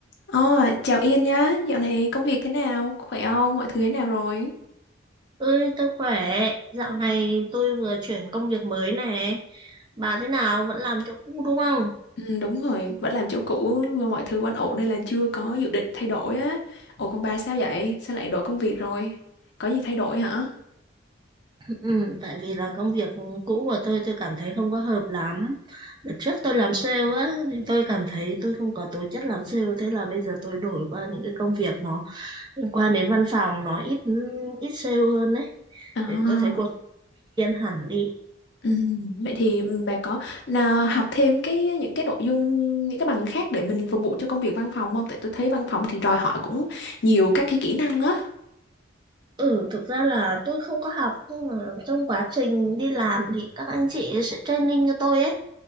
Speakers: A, on the left; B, on the right.
A: Ờ, chào Yên nhá, dạo này công việc thế nào, khỏe không, mọi thứ thế nào rồi?
B: Ơi, tôi khỏe. Dạo này tôi vừa chuyển công việc mới nè. Bà thế nào? Vẫn làm chỗ cũ đúng không?
A: Ừ, đúng rồi, vẫn làm chỗ cũ mà mọi thứ vẫn ổn nên là chưa có dự định thay đổi á. Ủa còn bà sao vậy, sao lại đổi công việc rồi? Có gì thay đổi hả?
B: Ừ, tại vì là công việc cũ của tôi tôi cảm thấy không có hợp lắm. Đợt trước tôi làm sale á, thì tôi cảm thấy tôi không có tố chất làm sale. Thế là bây giờ tôi đổi qua những cái công việc nó liên quan đến văn phòng, nó ít ít sale hơn đấy.
A: À,
B: Để tôi thấy cuộc sống yên hẳn đi.
A: ừ, vậy thì ừ, bà có nào học thêm cái những cái nội dung, những cái bằng khác để mình phục vụ cho công việc văn phòng không? Tại tôi thấy văn phòng thì đòi hỏi cũng nhiều các cái kỹ năng á.
B: Ừ, thực ra là tôi tôi không có học nhưng mà trong quá trình đi làm thì các anh chị ấy sẽ training cho tôi ấy.